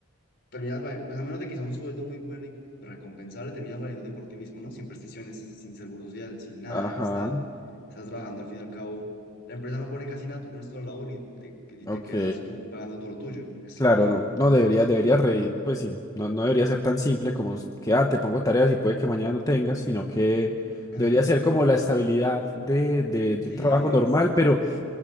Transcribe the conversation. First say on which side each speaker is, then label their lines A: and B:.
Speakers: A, on the left; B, on the left.
A: terminas, va- pues a menos de que sea un sueldo muy bueno y recompensable, terminas valiéndote por ti mismo, ¿no? Sin prestaciones, sin seguro social, sin nada
B: ajá,
A: del Estado. Estás trabajando al fin y al cabo. La empresa no pone casi nada, tú pones toda la labor y te, y
B: ok,
A: te quedas tú pagando todo lo tuyo. Es
B: claro,
A: un lío.
B: no, no debería, debería reír, pues sí, no, no debería ser tan simple como s- que, ah, te pongo tareas y puede que mañana no tengas, sino que
A: <laughs>
B: debería ser como la estabilidad de, de, de
A: Sí,
B: un trabajo normal,
A: sí.
B: pero